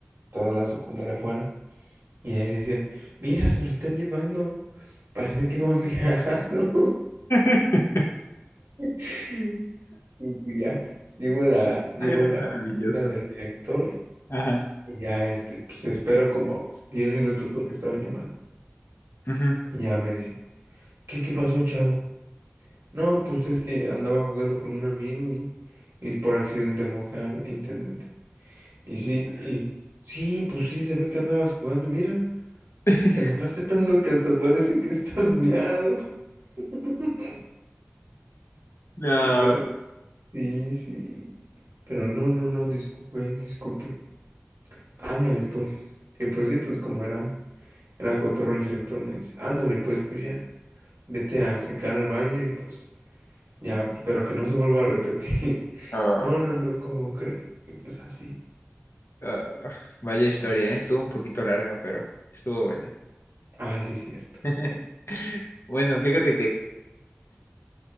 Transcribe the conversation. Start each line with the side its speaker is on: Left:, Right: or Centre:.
Right: toda la secundaria afuera. Y ahí decían, mira, se lo están llevando, parece que va viajando.
Left: <laughs>
Right: <laughs> Y pues ya, llego a la, llego
Left: Ay, Eres
Right: a la
Left: maravilloso.
Right: oficina del director
Left: Ajá.
Right: y ya, este, pues espero como 10 minutos porque estaba en llamada.
Left: ujú.
Right: Y ya me dice, ¿qué, qué pasó, chavo? No, pues es que andaba jugando con un amigo y, y por accidente mojé al intendente. Y sí, y sí, pues sí, se ve que andabas jugando. Mira,
Left: <laughs>
Right: te mojaste tanto que hasta parece que estás miado. <laughs>
Left: No.
Right: Y yo, sí, sí. Pero no, no, no, disculpe, disculpe. Ándale, pues. Y pues sí, pues como era, era cotorro el director, me dice, ándale, pues, pues ya, vete a secar al baño y pues ya, pero que no se vuelva a repetir. <laughs>
Left: ah,
Right: No, no, no, ¿cómo cree? Y pues así.
Left: ah, vaya historia, ¿eh? Estuvo un poquito larga, pero estuvo buena.
Right: Ah, sí, cierto.
Left: <laughs> Bueno, fíjate que